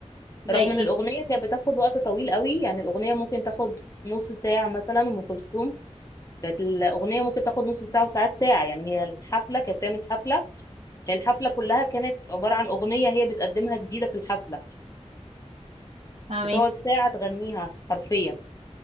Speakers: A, on the right; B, on the left.
A: زي
B: رغم
A: ايه
B: ان الاغنيه كانت بتاخد وقت طويل قوي يعني الاغنيه ممكن تاخد نص ساعه مثلا ام كلثوم كانت الاغنيه ممكن تاخد نص ساعه وساعات ساعه يعني هي الحفله كانت بتعمل حفله هي الحفله كلها كانت عباره عن اغنيه هي بتقدمها جديده في الحفله
A: فاهمين
B: بتقعد ساعه تغنيها حرفيا